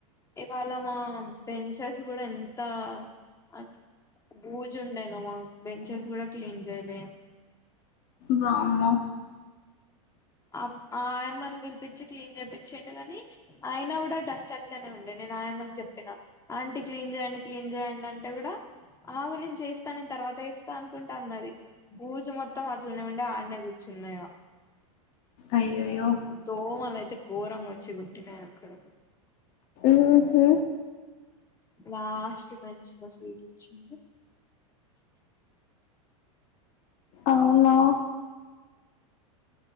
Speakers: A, on the left; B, on the left.
A: ఇవాళ మా బెంచెస్ కూడ ఎంత అ బూజుండేనో, మాకు బెంచెస్ కూడ క్లీన్ చేయలే.
B: వామ్మో
A: ఆ ఆ ఆయమ్మని పిలిపిచ్చి, క్లీన్ చేపిచ్చిండు కాని, అయినా కూడ డస్ట్ అట్లనే ఉండే. నే నేను ఆయమ్మకి చెప్పిన. అంటీ క్లీన్ చేయండి. క్లీన్ చేయండి. అంటే కూడ ఆవు నేను చేస్తా. నేను తర్వాత చేస్తా. అనుకుంటా అన్నది భూజు మొత్తం అట్లనే ఉండే. ఆడనే కూర్చు ఉన్న ఇగ.
B: అయ్యయ్యో
A: ఆ దోమలయితే ఘోరంగా వచ్చి కుట్టినాయి అక్కడ.
B: మ్ హు
A: లాస్ట్ బెంచ్ లో సీటోచ్చింది.
B: అవునా